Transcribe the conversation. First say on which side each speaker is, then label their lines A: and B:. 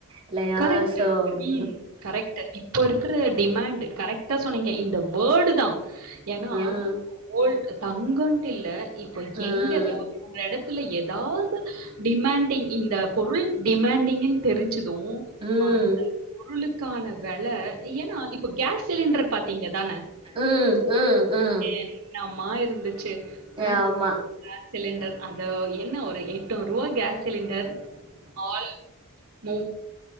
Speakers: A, on the right; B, on the right.
A: இல்லையா
B: கரெக்ட்
A: ஸோ கரெக்ட்
B: ம் கரெக்ட் இப்போ இருக்கிற டிமாண்ட் கரெக்டா சொன்னீங்க இந்த வேர்ல்ட் தா ஏனா
A: ம்
B: கோல் தங்கன்ட்டு இல்ல இப்போ
A: ம்
B: எங்க ஒ ஒரு எடத்துல ஏதாவது டிமாண்டிங் இந்த பொருள் டிமாண்டிங்ன் தெரிஞ்சு து
A: ம்
B: அந்த பொருளுக்கான வெல ஏனா இப் இப்ப கேஸ் சிலிண்டர் பாத்தீங்கதான
A: ம் ம் ம்
B: என்னம்மா இருந்துச்சு அ
A: ஆமா
B: சிலிண்டர் அது என்ன ஒரு தோ ருவா கேஸ் சிலிண்டர் ஆல் ரூ.